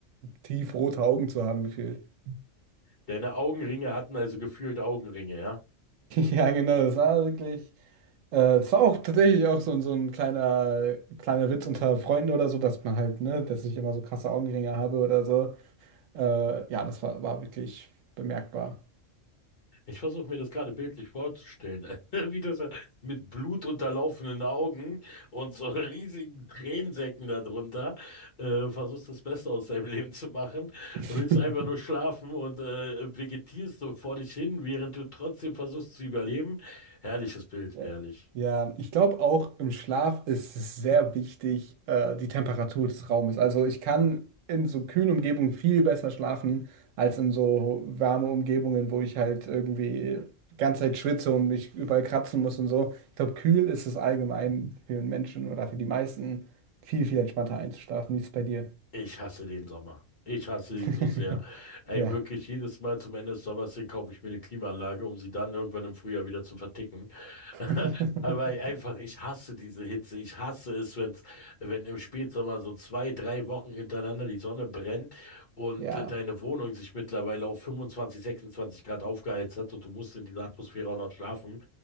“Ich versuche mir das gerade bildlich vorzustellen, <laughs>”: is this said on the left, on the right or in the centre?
Left